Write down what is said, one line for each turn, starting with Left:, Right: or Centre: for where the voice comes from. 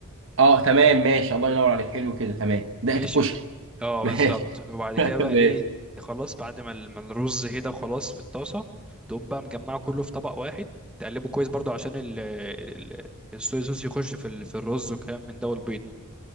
Right: اه تمام ماشي الله ينور عليك حلو كده تمام دقه
Centre: ماشي
Right: الكشري
Centre: اه
Right: ماشي
Centre: بالظبط وبعد
Right: <laughs>
Centre: كده بقى
Right: ماشي
Centre: ايه خلاص بعد ما ال- ما الرز كده خلاص في الطاسه تقوم بقى مجمعه كله في طبق واحد تقلبه كويس برضو عشان ال... ال... الصويا صوص يخش في ال... في الرز وكلام من ده والبيض